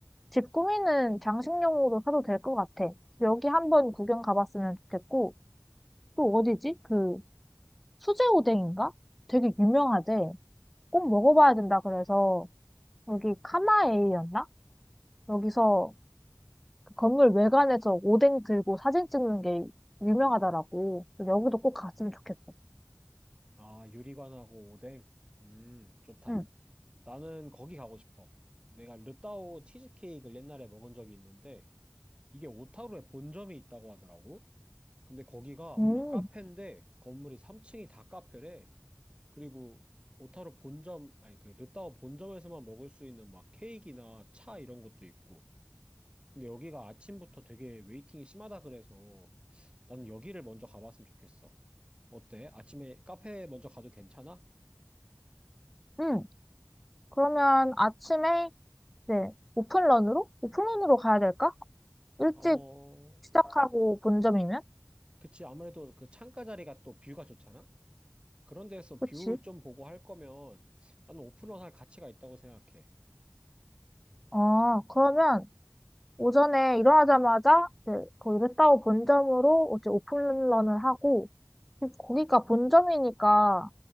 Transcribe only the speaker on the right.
아, 유리관하고 오뎅. 음, 좋다.
나는 거기 가고 싶어. 내가 르따오 치즈케이크를 옛날에 먹은 적이 있는데, 이게 오타루에 본점이 있다고 하더라고. 근데 거기가
막 카페인데, 건물이 3층이 다 카페래. 그리고 오타루 본점, 아니, 그 르따오 본점에서만 먹을 수 있는 막 케이크나 차 이런 것도 있고. 근데 여기가 아침부터 되게 웨이팅이 심하다 그래서 나는 여기를 먼저 가봤으면 좋겠어. 어때? 아침에 카페 먼저 가도 괜찮아?
어,
그치, 아무래도 그 창가 자리가 또 뷰가 좋잖아? 그런 데서
뷰 좀 보고 할 거면 나는 오픈런 할 가치가 있다고 생각해.